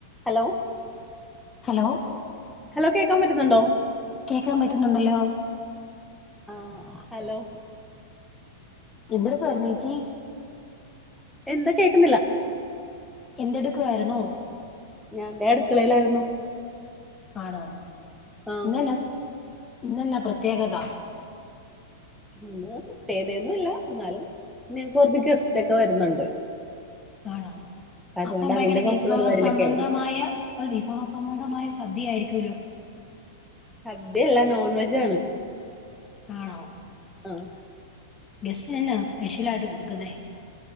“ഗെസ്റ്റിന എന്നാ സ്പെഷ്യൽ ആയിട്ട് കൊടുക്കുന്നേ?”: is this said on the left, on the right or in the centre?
Left